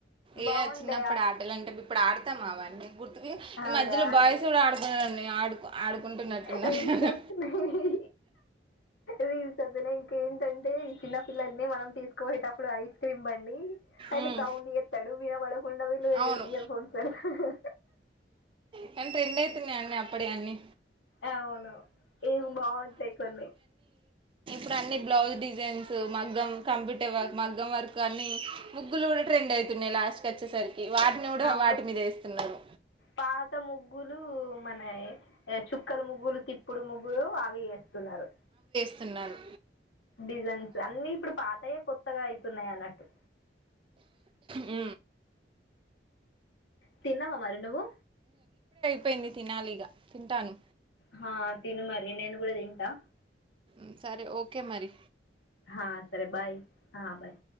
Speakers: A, on the left (about 85°); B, on the right (about 30°).
A: బాగుండే
B: ఏ చిన్నప్పుడు ఆటలు అంటే ఇప్పుడు ఆడతామా అవన్నీ గుర్తుకి
A: అ
B: ఈ
A: అవి
B: మధ్యలో
A: అడలేం
B: బాయ్స్ కూడా ఆడుతున్నారండి ఆడుకు ఆడుకుంటున్నట్టున్నారు
A: రీల్సొస్తున్నాయ్
B: కదా
A: రీల్స్ అదనే ఇంకేంటంటే ఈ చిన్న పిల్లల్ని మనం తీసుకుపోయేటప్పుడు ఐస్ క్రీమ్ బండి ఆయన
B: ఉమ్,
A: సౌండ్ జేత్తాడు విన పడకుండా వీళ్ళు
B: అవును
A: ఇయర్ ఫోన్స్ పెడతారు
B: కానీ ట్రెండ్ అయితున్నాయ్ అన్నీ అప్పుడియన్ని
A: అవును ఇవి బావుంటాయి కొన్ని
B: ఇప్పుదు అన్ని బ్లౌజ్ డిజైన్స్ మగ్గం కంప్యూటర్ వర్క్ మగ్గం వర్క్ అన్ని ముగ్గులు కూడా ట్రెండ్ అయ్ తున్నాయి లాస్ట్ కచ్చేసరికి వాటిని కూడా
A: అవును
B: వాటి మీద వేస్తున్నారు
A: పాత ముగ్గులు మనయ్ చుక్కల ముగ్గులు తిప్పుడు ముగ్గులు అవి ఏస్తున్నారు
B: స్తున్నారు
A: డిజైన్స్ అన్ని ఇప్పుడు పాతయే కొత్తగా అయితున్నాయి అన్నట్టు
B: మ్
A: తిన్నవా మరి నువ్వు
B: ప్పయింది తినాలిగా తింటాను
A: హా తిను మరి నేను గూడా తింటా
B: మ్ సరే ఓకే మరి
A: హా సరే బాయ్ ఆ బాయ్